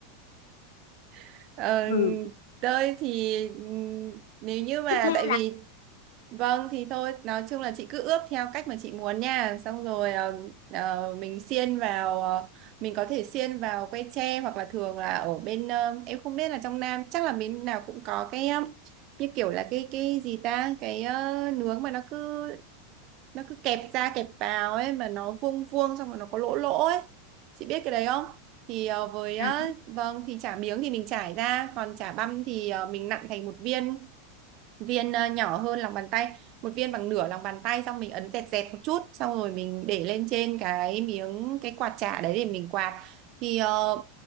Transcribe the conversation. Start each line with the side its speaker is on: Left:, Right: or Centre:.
Right: <laughs> Ờ,
Left: ừ
Right: tơi thì ừm, nếu như mà
Left: tiếp theo
Right: tại vì Vâng thì thôi nói chung là chị cứ ướp theo cách mà chị muốn nha xong rồi ờ, ờ, mình xiên vào ờ, mình có thể xiên vào que tre hoặc là thường là ở bên ờ, em không biết là trong Nam chắc là bên nào cũng có cái ờ, như kiểu là cái cái gì ta cái ờ, nướng mà nó cứ nó cứ kẹp ra kẹp vào ấy mà nó vuông vuông xong rồi nó có lỗ lỗ ấy chị biết cái đấy không thì ờ, với ờ,
Left: là
Right: vâng thì chả miếng thì mình trải ra còn chả băm thì ờ, mình nặn thành một viên viên ờ, nhỏ hơn lòng bàn tay một viên bằng nửa lòng bàn tay xong mình ấn dẹt dẹt một chút xong rồi mình để lên trên cái miếng cái quạt chả đấy để mình quạt thì ờ,